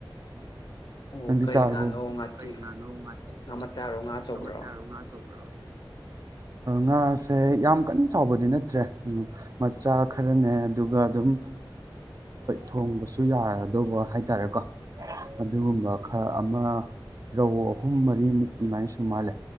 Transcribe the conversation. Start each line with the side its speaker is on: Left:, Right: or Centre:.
Left: ꯑꯣ
Right: ꯅꯪꯗꯤ
Left: ꯀꯔꯤ
Right: ꯆꯥꯔꯕꯣ
Left: ꯉꯥꯅꯣ ꯉꯥꯇꯦꯛ
Right: ꯀꯔꯤ ꯉꯥꯅꯣ ꯉ
Left: ꯉꯥ ꯃꯆꯥꯔꯣ ꯉꯥ ꯑꯆꯧꯕꯔꯣ
Right: ꯉꯔꯣ ꯉꯥ ꯆꯧꯕ꯭ꯔꯣ ꯉꯥꯁꯦ ꯌꯥꯝ ꯀꯟꯅ ꯆꯥꯎꯕꯗꯤ ꯅꯠꯇ꯭ꯔꯦ ꯃꯆꯥ ꯈꯔꯅꯦ ꯑꯗꯨꯒ ꯑꯗꯨꯝ ꯊꯣꯡꯕꯁꯨ ꯌꯥꯔꯗꯧꯕ ꯍꯥꯏ ꯇꯔꯦꯀꯣ ꯑꯗꯨꯒꯨꯝꯕ ꯈꯔ ꯑꯃ ꯔꯧ ꯑꯍꯨꯝ ꯃꯔꯤꯃꯨꯛ ꯑꯗꯨꯃꯥꯏꯅ ꯁꯨ ꯃꯥꯜꯂꯦ